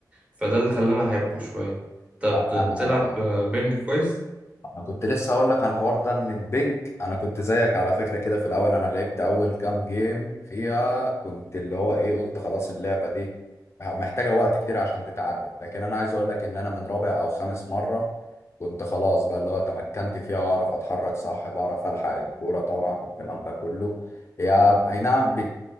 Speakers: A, on the right (about 15°); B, on the left (about 40°).
A: فده اللي خلاني أحبه شوية طب
B: لا
A: بتلعب
B: أنا
A: بينج كويس؟
B: انا كنت لسه هقول لك على الحوار ده ان البنج انا كنت زيك على فكره كده في الاول انا لعبت اول كام جيم فيها كنت اللي هو ايه قلت خلاص اللعبه دي محتاجه وقت كتير عشان تتعلم لكن انا عايز اقول لك ان انا من رابع او خامس مره كنت خلاص بقى اللي هو تمكنت فيها واعرف اتحرك صح بعرف الحق الكوره طبعا والكلام ده كله يا اي نعم بت...